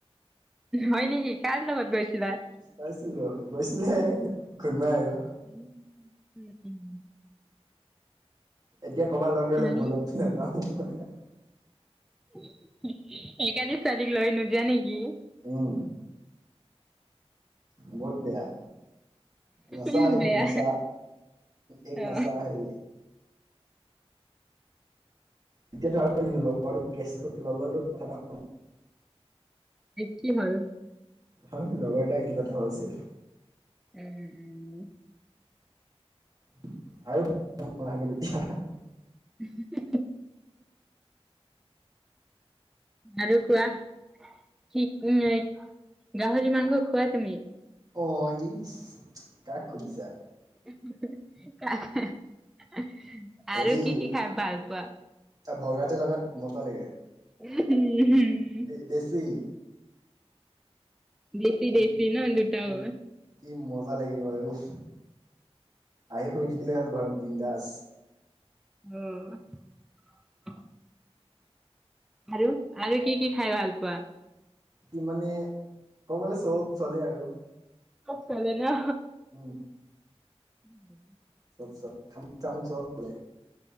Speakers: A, in the centre; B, on the right.
A: হয় নেকি, কাৰ লগত গৈছিলা?
B: চাইছিলো গৈছিলেহে ঘবাই আৰু।
A: উ, উম।
B: এতিয়া ক'ৰবাত লগ ধৰিলে
A: আৰু
B: ভুলতো নাযাওঁ।
A: সেইকাৰণে ছোৱালীক লৈ নোযাৱা নেকি?
B: উম, বহুত বেয়া। নশা
A: উম,
B: হ্যে
A: বেয়া
B: এক নশা, এক
A: অ
B: নশা হ্যে য়ে। <unintelligible>
A: কি হ'ল?
B: হয়, লগৰ এটাৰ কিবা এটা হৈছিল।
A: উম।
B: <inaudible>
A: <inaudible> আৰু কোৰা, কি উম, গাহৰি মাংস খোৱা তুমি?
B: অঁ, ইচ কাক সুধিছা?
A: <inaudible>
B: হেৰি
A: কি কি
B: তাত
A: খাই ভাল পোৱা
B: বগাতেওঁ লগত মজা লাগে।
A: <inaudible>
B: দে দেশী।
A: দেশী,
B: কি
A: দেশী ন দুটাও।
B: উম কি মজা লাগিব উফ, আহি শুই থাকিলে হ'ল ঘৰত বিন্দাচ।
A: উম। আৰু, আৰু কি কি খাই ভাল পোৱা?
B: কি মানে ক'বলে চব চলে আৰু।
A: চব চলে ন?
B: উম।
A: <inaudible>
B: চব চ, শামুক-চামুক চব। চলে